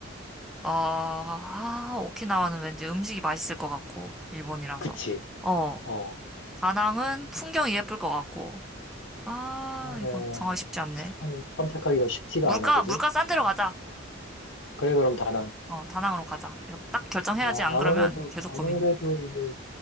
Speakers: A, in the centre; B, on the left.
A: 아, 아, 오키나와는 왠지 음식이 맛있을 것 같고, 일본이라서.
B: 그치?
A: 어,
B: 어,
A: 다낭은 풍경이 예쁠 것 같고. 아,
B: 그래.
A: 이거 정하기 쉽지 않네.
B: 참 선택하기가 쉽지가
A: 물가,
B: 않아, 그지?
A: 물가 싼 데로 가자.
B: 그래 그럼 다낭.
A: 어, 다낭으로 가자. 이거 딱 결정해야지.
B: 어,
A: 안
B: 아무래도
A: 그러면 계속
B: 아무래도
A: 고민.
B: 이제